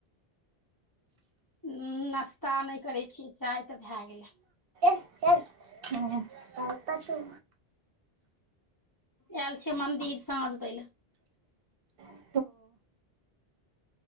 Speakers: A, on the left; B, on the right.
A: हम्म नास्ता नहि करै छि चाय तऽ भए गेलै।
B: ह हू पाछू
A: आयल छिय मन्दिर साझ दैइ लए।
B: क <inaudible>